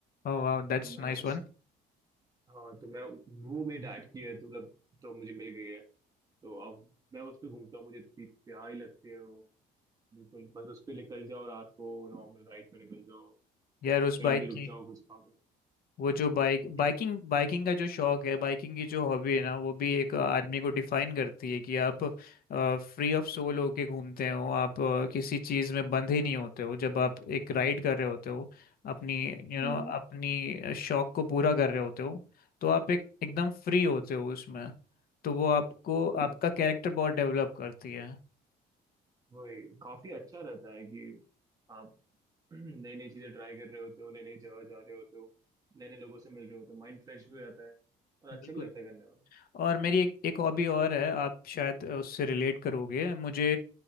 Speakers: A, on the left; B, on the right.
A: ओह वाह दैट्स
B: तो मैं
A: नाइस वन
B: उस हाँ तो मैं वो मेरे डैड की है तो मतलब तो मुझे मिल गई है तो अब मैं उस पे घूमता हूँ मुझे इतनी प्यारी लगती है वो बिल्कुल बस उस पे निकल जाओ रात को नॉर्मल राइड पे निकल जाओ
A: यार
B: बस
A: उस
B: कहीं
A: बाइक
B: भी रुक
A: की
B: जाओ कुछ खाओ
A: वो जो बाइक बाइकिंग
B: हम्म
A: बाइकिंग का जो शौक है बाइकिंग की जो हॉबी है ना वो भी एक आदमी को डिफाइन करती है कि आप फ्री ऑफ सोल होके घूमते हो आप अ, किसी चीज में बंधे नहीं होते हो जब आप एक राइड कर रहे होते हो अपनी
B: हम्म
A: यू नो अपनी शौक को पूरा कर रहे होते हो तो आप एक एकदम फ्री होते हो उसमें तो वो आपको
B: वो-
A: आपका कैरेक्टर बहुत डेवलप करती है
B: वही काफी अच्छा रहता है कि आप <clears throat> नई नई चीजें ट्राई कर रहे होते हो नई नई जगह जा रहे होते हो नए नए लोगों से मिल रहे होते हो माइंड फ्रेश भी हो जाता है और अच्छा
A: बिल्कुल
B: भी लगता है करने में
A: और मेरी एक एक हॉबी और है आप शायद उससे रिलेट करोगे मुझे